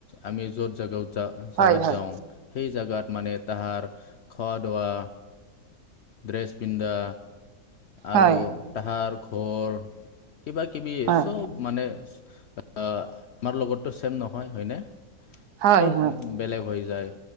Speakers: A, on the left; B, on the right.
A: আমি যত জগাও জোগাত
B: হয় হয়
A: যাওঁ সেই জোগাত মানে তাহাৰ খোৱা দোৱা ড্ৰেছ পিন্ধা আৰু
B: হয়
A: তাহাৰ ঘৰ কিবা- কিবি
B: হয়
A: চব মানে আমাৰ লগতটো ছেম নহয় হয়নে?
B: হয়
A: চব
B: হয়
A: বেলেগ হৈ যায়